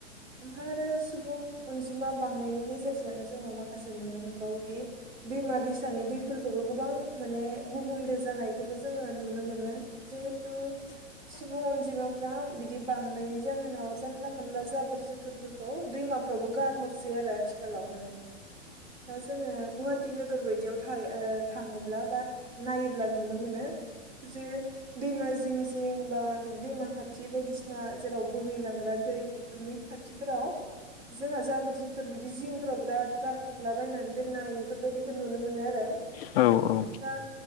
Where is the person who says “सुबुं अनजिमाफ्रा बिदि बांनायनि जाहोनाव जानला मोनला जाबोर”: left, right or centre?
Right